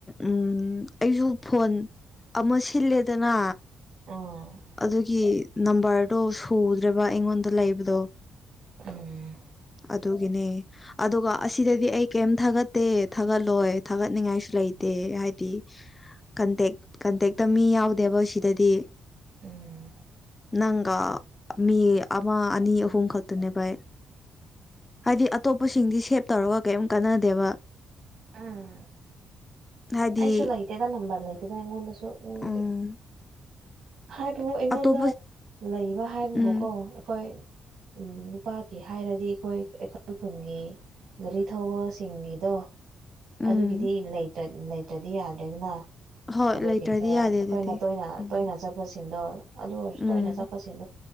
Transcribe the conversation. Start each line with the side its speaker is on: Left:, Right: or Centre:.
Left: ꯎ ꯑꯩꯁꯨ ꯐꯣꯟ ꯑꯃ ꯁꯤꯜꯂꯦꯗꯅ
Right: ꯎꯝ
Left: ꯑꯗꯨꯒꯤ ꯅꯝꯕꯔꯗꯣ ꯁꯨꯗ꯭ꯔꯦꯕ ꯑꯩꯉꯣꯟꯗ ꯂꯩꯕꯗꯣ
Right: ꯎꯝ
Left: ꯑꯗꯨꯒꯤꯅꯦ ꯑꯗꯨꯒ ꯑꯁꯤꯗꯗꯤ ꯑꯩ ꯀꯩꯝ ꯊꯥꯒꯠ ꯇꯦ ꯊꯥꯒꯠꯂꯣꯏ ꯊꯥꯒꯠꯅꯤꯡꯉꯥꯏꯁꯨ ꯂꯩꯇꯦ ꯍꯥꯏꯗꯤ ꯀꯟꯇꯦꯛ ꯀꯟꯇꯦꯛꯇ ꯃꯤ ꯌꯥꯎꯗꯦꯕ ꯁꯤꯗꯗꯤ
Right: ꯎꯝ
Left: ꯅꯪꯒ ꯃꯤ ꯑꯃ ꯑꯅꯤ ꯑꯍꯨꯝ ꯈꯛꯇꯅꯦ ꯕꯥ ꯍꯥꯏꯗꯤ ꯑꯇꯣꯞꯄꯁꯤꯡꯗꯤ ꯁꯦꯞ ꯇꯧꯔꯒ ꯀꯔꯤꯝ ꯀꯥꯟꯅꯗꯦꯕ
Right: ꯎꯝ
Left: ꯍꯥꯏꯗꯤ
Right: ꯑꯩꯁꯨ ꯂꯩꯇꯦꯗ ꯅꯝꯕꯔ ꯂꯩꯇꯦꯗ ꯑꯩꯉꯣꯟꯗꯁꯨ ꯃꯤꯒꯤ
Left: ꯎꯝ
Right: ꯍꯥꯏꯕꯕꯨ ꯑꯩꯉꯣꯟꯗ
Left: ꯑꯇꯣꯞꯄ
Right: ꯂꯩꯕ ꯍꯥꯏꯕꯕꯨꯀꯣ
Left: ꯎꯝ
Right: ꯑꯩꯈꯣꯏ ꯎꯝ ꯄꯥꯛꯀꯤ ꯍꯥꯏꯔꯗꯤ ꯑꯩꯈꯣꯏ ꯑꯩꯈꯣꯏ ꯈꯨꯟꯒꯤ ꯒꯥꯔꯤ ꯊꯧꯕꯁꯤꯡꯒꯤꯗꯣ
Left: ꯎꯝ
Right: ꯑꯗꯨꯒꯤꯗꯤ ꯂꯩꯇ꯭ꯔ ꯂꯩꯇ꯭ꯔꯗꯤ ꯌꯥꯗ꯭ꯔꯦ ꯑꯗꯨꯅ
Left: ꯍꯣꯏ
Right: ꯑꯗꯨꯒꯤ
Left: ꯂꯩꯇ꯭ꯔꯗꯤ
Right: ꯈꯔ
Left: ꯌꯥꯗꯦ
Right: ꯑꯩꯈꯣꯏꯅ
Left: ꯑꯗꯨꯗꯤ
Right: ꯇꯣꯏꯅ
Left: ꯎꯝ
Right: ꯇꯣꯏꯅ ꯆꯠꯄꯁꯤꯡꯗꯣ ꯑꯗꯨ ꯑꯣꯏꯔꯁꯨ
Left: ꯎꯝ
Right: ꯇꯣꯏꯅ ꯆꯠꯄꯁꯤꯡꯗꯣ